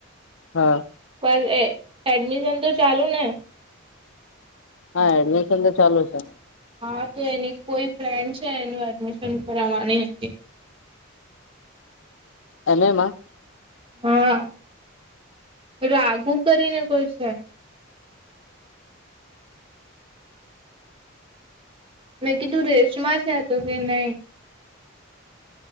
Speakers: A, on the left; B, on the right.
A: હા.
B: પણ એ એડમિશન તો ચાલુને?
A: હા એડમિશન તો ચાલુ છે.
B: હા તો એની કોઈ ફ્રેન્ડ છે, એનું એડમિશન કરાવવાની હતી.
A: એમ એ માં?
B: હા. રાઘુ કરીને કોઈ છે. મેં કીધું રેશમા છે? તો કે નહીં.